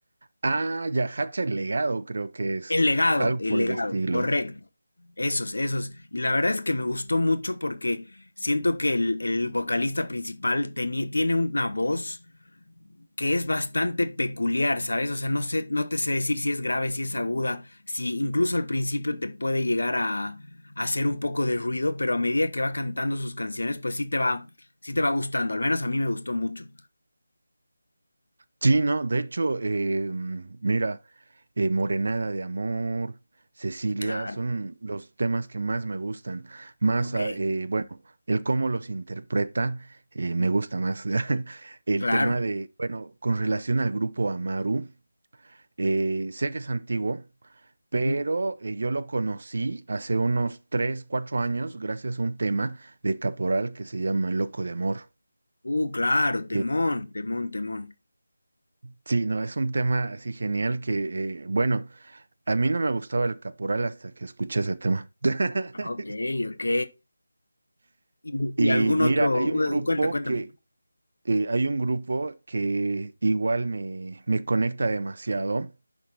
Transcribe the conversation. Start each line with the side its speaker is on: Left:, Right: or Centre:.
Right: Ah, ya, Hacha el Legado creo que es,
Left: El legado,
Right: algo
Left: el
Right: por
Left: legado,
Right: el estilo.
Left: correcto. Esos, esos. Y la verdad es que me gustó mucho porque siento que el, el vocalista principal teni- tiene una voz que es bastante peculiar, ¿sabes? O sea, no sé, no te sé decir si es grave, si es aguda, si incluso al principio te puede llegar a, a hacer un poco de ruido, pero a medida que va cantando sus canciones, pues sí te va, sí te va gustando. Al menos a mí me gustó mucho.
Right: Sí, no, de hecho, eh, mira, eh, Morenada de Amor, Cecilia,
Left: Claro,
Right: son los temas que más me gustan. Más,
Left: ok.
Right: ah, eh, bueno, el cómo los interpreta, eh, me
Left: Mm,
Right: gusta más. <laughs> El
Left: Claro.
Right: tema de, bueno, con relación al grupo Amaru, eh, sé que es antiguo, pero
Left: Mm,
Right: eh, yo lo conocí hace unos 3, 4 años gracias a un tema de Caporal que se llama Loco de Amor.
Left: Uh, claro,
Right: que
Left: temón, temón, temón.
Right: Sí, no, es un tema así genial que, eh, bueno, A mí no me gustaba el Caporal hasta que escuché ese tema. <laughs>
Left: Ok, ok. ¿Y,
Right: Y
Left: y algún
Right: mira,
Left: otro?
Right: hay un grupo
Left: Eh, Cuenta, cuéntame.
Right: que eh, hay un grupo que igual me, me conecta demasiado,